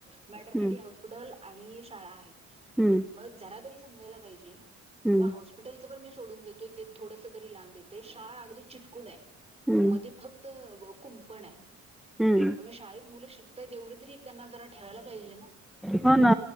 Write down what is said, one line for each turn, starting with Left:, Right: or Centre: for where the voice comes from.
Right: मॅटरनिटी
Centre: हम्म
Right: हाऊस हॉस्पिटल आणि शाळा आहे.
Centre: हम्म
Right: मग जरा तरी समजायला पाहिजे.
Centre: हम्म
Right: पण हॉस्पिटलचं पण मी सोडून देतो. ते थोडस तरी लांब येते. शाळा अगदी चिटकून आहे.
Centre: हम्म
Right: मध्ये फक्त कुंपण आहे.
Centre: हम्म
Right: मगं शाळेत मुलं शिकताय एवढं तरी. त्यांना जरा ठेवायला पाहिजे ना.
Centre: हो ना